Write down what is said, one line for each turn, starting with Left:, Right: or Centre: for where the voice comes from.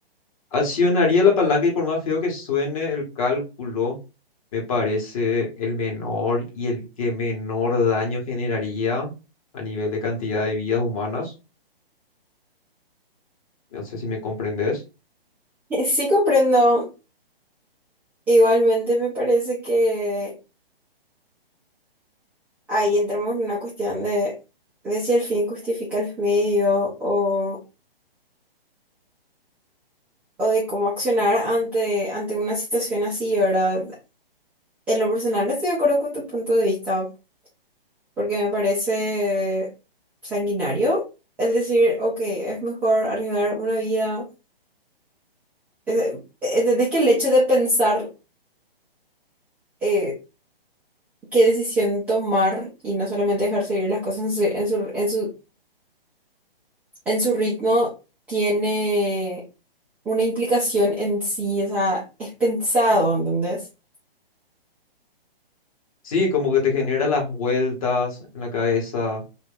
Left: Accionaría la palanca y por más feo que suene el cálculo, me parece el menor y el que menor daño generaría a nivel de cantidad de vidas humanas. No sé si me comprendes.
Centre: Sí comprendo, igualmente me parece que ahí entramos en una cuestión de, de si el fin justifica los medios o o de cómo accionar ante, ante una situación así, ¿verdad? En lo personal estoy de acuerdo con tu punto de vista, porque me parece sanguinario el decir, ok, es mejor arriesgar una vida. Es- ¿Entendés que el hecho de pensar eh, qué decisión tomar y no solamente dejar seguir las cosas en su, en su, en su, en su ritmo tiene una implicación en sí? O sea, es pensado, ¿entendés?
Left: Sí, como que te genera las vueltas en la cabeza,